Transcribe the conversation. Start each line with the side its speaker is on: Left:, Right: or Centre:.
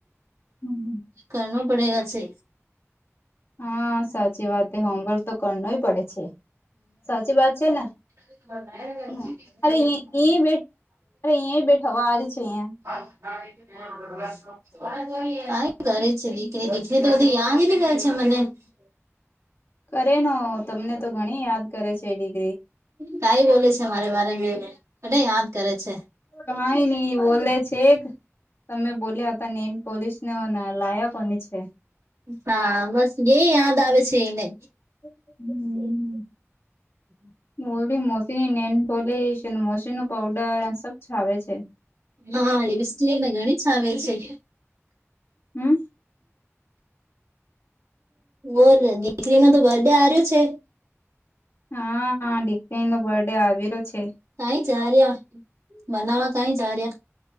Left: હમ
Right: કર પડે ગ છે
Left: હા સાચી વાત હોમવર્ક તો કરનોય પડે છે સાચી વાત છે ને
Right: તમા
Left: હા. અરે અ બેઠ અરે અહીંયા બેઠવા છે અહિયાયા
Right: ક કરે છેી કે દીખને તો બધી યાદ ને કરહે છે મને
Left: કરે ન તમને તો ઘણી યાદ કરે છેેડી
Right: કઈ બોલે છે મારે તને યાદ કરે છે
Left: કઈ નઈ બોલે છે કે તમે બોલ્યા હતા નેલ પોલીસને લાયા કોની છે
Right: હા બસ એ યાદ આવે છે એને
Left: હમ <inaudible>
Right: હમ <inaudible>
Left: મોરબી મોસીની નેન પોલશ મોસી ન પાવડર સબ છાવે છે
Right: હા લે બિસ્ટ મગણી ચાવલ છે
Left: હમ
Right: ઓ દીકરી ન તો બર્ડે આ્યો છે
Left: હા દીકરી નો બર્ડે આવેલો છે
Right: કઈ જા રહ્યા મનાવા કઈ જા રહ્યા